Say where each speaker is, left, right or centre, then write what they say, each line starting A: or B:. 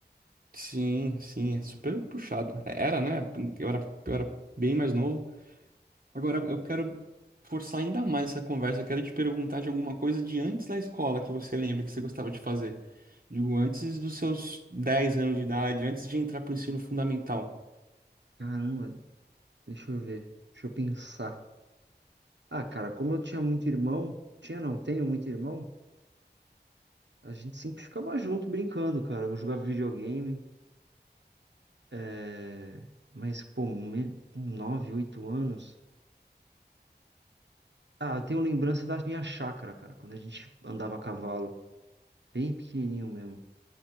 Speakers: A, on the right (about 50°); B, on the right (about 80°).
A: Sim, sim, é super puxado. É, Era, né? Eu era, eu era bem mais novo. Agora eu quero forçar ainda mais essa conversa. Eu quero te perguntar de alguma coisa de antes da escola que você lembra que você gostava de fazer. Digo, antes dos seus 10 anos de idade, antes de entrar pro ensino fundamental.
B: caramba, deixa eu ver. Deixa eu pensar. Ah, cara, como eu tinha muito irmão, tinha não, tenho muito irmão, a gente sempre ficava junto brincando, cara. Eu jogava videogame. É, mas, pô, me- com 9, 8 anos. Ah, eu tenho lembrança da minha chácara, cara, quando a gente andava a cavalo, bem pequenininho mesmo.